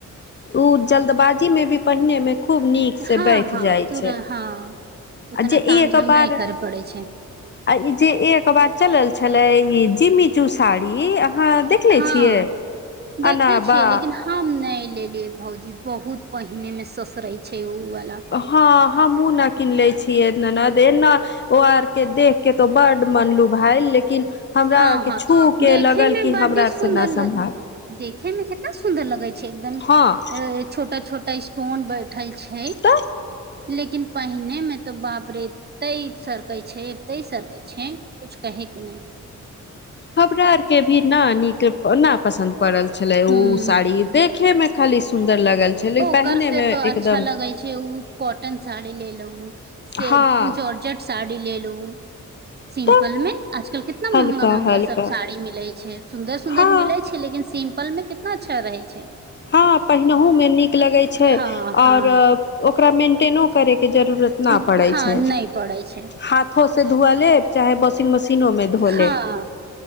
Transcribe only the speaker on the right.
हँ
हँ
तुरं
हँ उतना
ताम
झाम
नहि करे पड़ै छै
हँ
देखले
छियै
लेकिन हम नै। लेले भौजी बहुत पहिने में ससरे छै। वाला
हँ
हँ
देखे
मे
बड्डी
सुन्दर
ल
देखे मे कितना सुन्दर लगै छै एकदम
अ छोटा छोटा। स्टोन बै। उठल छै।
लेकिन पहिने में तो बाप रे एते सरकै छै एते सरकै छै कुछ कहे के नहि।
ह
ओकर
से
तऽ अच्छा
लगै छै ओ कॉटन साड़ी ले ल से
जॉर्जट साड़ी। ब लेल लू। सिम्पल
मे आजकल कितना
महँगा महँगा
सब साड़ी मिलैत छै सुन्दर सुन्दर
मिलैत छै लेकिन सिम। बल में कितना छ रहै छै।
हँ
हँ
हँ
नहि पड़ै छै
हँ